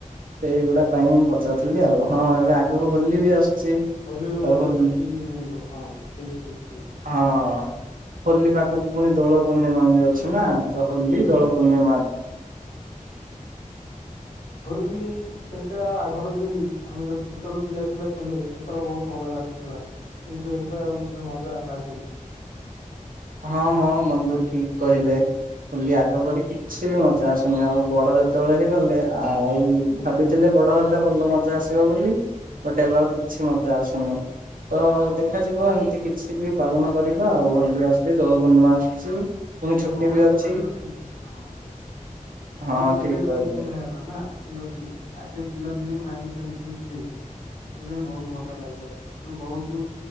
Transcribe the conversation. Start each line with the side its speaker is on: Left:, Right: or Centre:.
Right: ସେଇଗୁଡା ପାଇଁଁ ମୁଁ ପଚାରୁଥିଲି ଆଉ, ହଁ ଏବେ ଆଗକୁ ହୋଲି ବି ଆସୁଛି।
Left: ହୋଲିରେ
Right: ତ
Left: ମଧ୍ୟ
Right: ହୋଲି
Left: ଛୁଟି ମିଳିବ, ହଁ ଠିକ, ଠିକ, ଠିକ।
Right: ହଁ ହୋଲି ପାଖକୁ ପୁଣି ଦୋଳ ପୂର୍ଣ୍ଣିମା ବି ଅଛି ନା? ତ ହୋଲି
Left: ହଁ
Right: ଦୋଳ ପୂର୍ଣ୍ଣିମା
Left: ହୋଲି ସେତେ ଆଉ ଆଗରୁ ପିରି ଆମେ ଯେତ ଯେତେବେଳେ ପିଲା ପିଲା ଥିଲେ, ସେତେବେଳେ ବହୁତ ମଜା ଲାଗୁଥିଲା। କିନ୍ତୁ, ଏବେ ଆଉ ସେ ମଜା ହେଲା ଲାଗୁନି।
Right: ହଁ ମ ବନ୍ଧୁ ଠିକ୍ କହିଲେ, ହୋଲି ଆଗପରି କିଛି ବି ମଜା ଆସୁନି ଆଉ ବଡ ଯେତେବେଳେ ହେଇଗଲେ ଆଉ, ଭାବିଥିଲେ ବଡ ହେଲେ ଭଲ ମଜା ଆସିବ ବୋଲି ଗୋଟେବାକ୍ ଆଉ କିଛି ମଜା ଆସୁନି। ତ ଦେଖାଯିବ ଏମିତି କିଛି ବି ପାଳନ କରିବା ଆଉ, ହୋଲି ଆସୁଛି, ଦୋଳ ପୂର୍ଣ୍ଣିମା ଆସୁଛି। ପୁଣି
Left: ଏବେ
Right: ଛୁଟି
Left: ବହୁତ
Right: ବି ଅଛି
Left: କରପସନ, <unintelligible> ହଁ
Right: ହଁ
Left: ଏବେ କେରିୟର
Right: ଠିକ
Left: ଟେନସନ
Right: କହିଲେ।
Left: ହେଇଗଲା ନା, ଠିକ ଅଛି। ଆଗେ ପିଲାଦିନେ ମାଇଣ୍ଡ ଟେନସନ ଫ୍ରି। ସେଥିପାଇଁ ବହୁତ ମଜା ଲାଗିବାର ଏଠୁ ବହୁତୁ